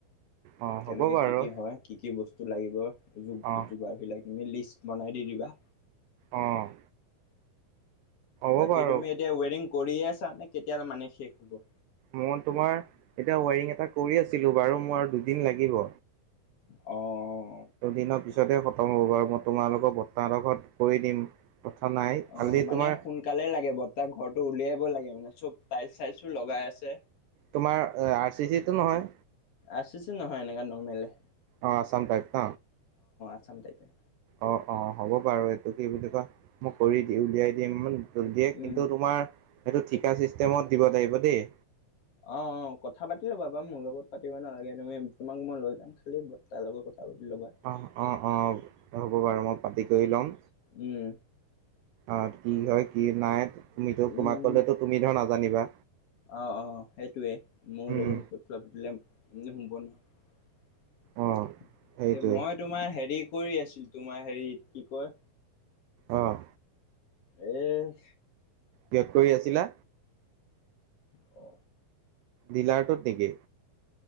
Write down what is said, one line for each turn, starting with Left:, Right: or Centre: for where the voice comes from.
Right: অ হ'ব
Left: কেনেকে
Right: বাৰু
Left: কি কি হয় কি কি বস্তু লাগিব য
Right: অ
Left: যোগাৰবিলাক তুমি লিষ্ট বনাই দি দিবা
Right: অ', হ'ব
Left: বাকী
Right: বাৰু
Left: তুমি এতিয়া ৱেৰিং কৰিয়ে আছা নে কেতিয়া মানে শেষ হ'ব
Right: মই তোমাৰ এতিয়া ৱাইৰিং এটা কৰি আছিলো বাৰু মোৰ আৰু দুদিন লাগিব
Left: অ', অ'
Right: দুদিনৰ পিছতহে খতম হ'ব বাৰু মই তোমালোকক বট্টাহতৰ ঘৰত কৰি দিম কথা নাই খালি
Left: অ' মানে
Right: তোমাৰ
Left: সোনকালে লাগে বত্তাক ঘৰটো উলিয়াব লাগে মানে চব তাইলছ চাইলছ ও লগাই আছে
Right: তোমাৰ আৰ চি চিটো নহয়
Left: আৰ চি চি নহয় এনেকা নৰ্মেলেই
Right: অ', আছাম টাইপ ন
Left: আচাম টাইপএই
Right: অ', অ' হ'ব বাৰু এইটো কি বুলি কয় মই কৰি দি উলিয়াই দিম দিয়ে
Left: উম।
Right: কিন্তু তোমাৰ সেইটো ঠিকা চিষ্টেমত দিব লাগিব দেই
Left: অ', অ' কথা পাতি ল'বা বাা মোৰ লগত পাতিব নালাগে তুমি তোমাক মই লৈ যাম খালি বত্তাৰ লগত কথা পাতি ল'বা।
Right: অ', অ', অ', হ'ব বাৰু মই পাতি কৰি ল'ম
Left: উম
Right: আৰু কি হয় কি নাই তুমিতো
Left: উম
Right: তোমাক কলেতো তুমি ধৰ নাজানিবা
Left: অ', অ', সেইটোৱেই মোৰ
Right: উম,
Left: লগত ক কোৱা পাতিলে হোব নয়
Right: অ',
Left: এতিয়া
Right: সেইটোৱে
Left: মই তোমাৰ হেৰি কৰি আছিলো তোমাৰ হেৰিত কি কয়
Right: অ',
Left: এই
Right: কিয়ত কৰি আছিলা
Left: অ
Right: দিলাৰটোত নেকি